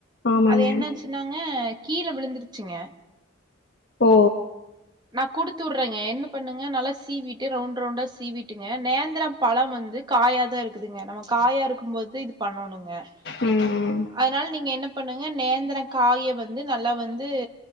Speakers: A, on the left (about 55°); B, on the right (about 20°).
A: ஆமாங்க
B: அது என்னச்சுன்னாங்க கீழ விழுந்துருச்சுங்க
A: ஓ
B: நா குடுத்து உடுறேங்க என்ன பண்ணுங்க நல்லா சீவிட்டு ரவுண்ட் ரவுண்டா சீவிட்டுங்க நேந்ரம் பழம் வந்து காயாதான் இருக்குதுங்க நம்ம காயா இருக்கும் போது இது பண்ணணுங்க அ
A: ம்
B: அ அதனால நீங்க என்ன பண்ணுங்க நேந்ர காய வந்து நல்லா வந்து